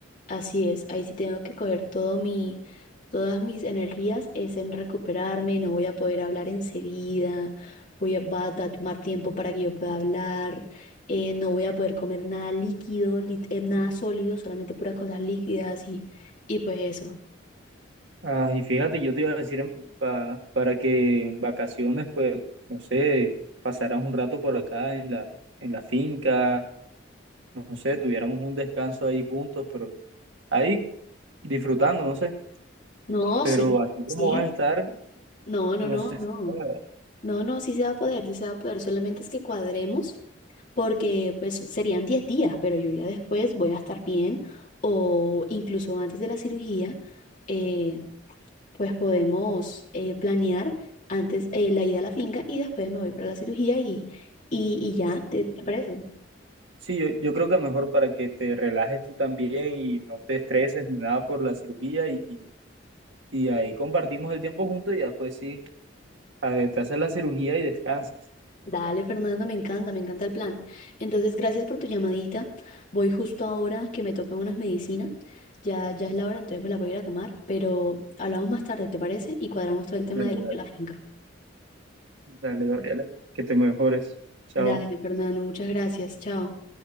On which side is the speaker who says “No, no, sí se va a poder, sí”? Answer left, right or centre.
Left